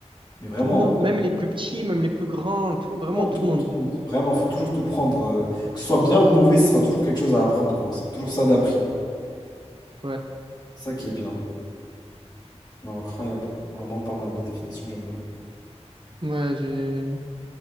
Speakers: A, on the left; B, on the right.
A: mais vraiment.
B: Tout le monde, même
A: hein.
B: les plus petits, même les plus grands, tout, vraiment
A: le monde,
B: tout
A: tout
B: le
A: le monde,
B: monde.
A: tout le monde. Vraiment, faut toujours tout prendre. euh, Que ce soit bien ou mauvais, ce sera toujours quelque chose à apprendre, quoi. Ce sera toujours ça d'appris.
B: Ouais.
A: Ça qui est bien. Non, incroyable. Vraiment pas mal la définition, j'aime bien.
B: Ouais, j'ai-